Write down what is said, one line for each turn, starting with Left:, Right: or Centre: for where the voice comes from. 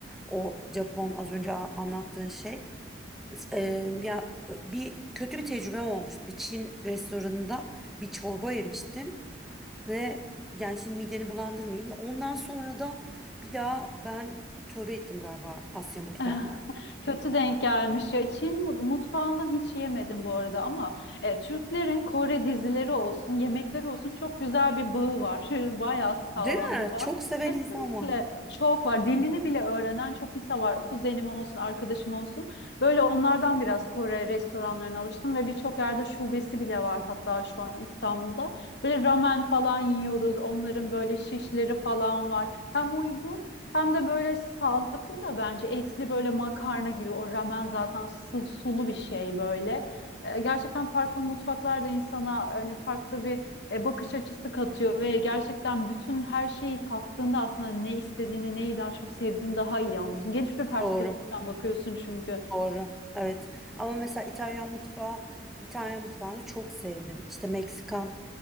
Centre: o Japon az önce a- anlattığın şey. E, ya bir kötü bir tecrübe olmuştu. Bir Çin restoranında bir çorba yemiştim. Ve yani şimdi mideni bulandırmayayım. Ondan sonra da bir daha ben tövbe ettim galiba Asya mutfağına.
Left: <laughs> Kötü denk gelmiş ya. Çin mu- mutfağından hiç yemedim bu arada ama e, Türklerin Kore dizileri olsun, yemekleri olsun çok güzel bir bağı var. <laughs> Bayağı sağlam
Centre: Değil mi?
Left: bir bağ.
Centre: Çok seven
Left: Kesinlikle
Centre: insan var.
Left: çok var. Dilini bile öğrenen çok insan var. Kuzenim olsun, arkadaşım olsun. Böyle onlardan biraz Kore restoranlarına alıştım ve birçok yerde şubesi bile var hatta şu an İstanbul'da. Böyle ramen falan yiyoruz. Onların böyle şişleri falan var. Hem uygun hem de böyle sağlıklı da bence etli böyle makarna gibi o ramen zaten su- sulu bir şey böyle. Ee, gerçekten farklı mutfaklar da insana hani farklı bir e, bakış açısı katıyor ve gerçekten bütün her şeyi tattığında aslında ne istediğini neyi daha çok sevdiğini daha iyi anlıyorsun. Geniş bir perspektiften
Centre: Doğru.
Left: bakıyorsun çünkü.
Centre: Doğru. Evet. Ama mesela İtalyan mutfağı, İtalyan mutfağını çok sevdim. İşte Meksikan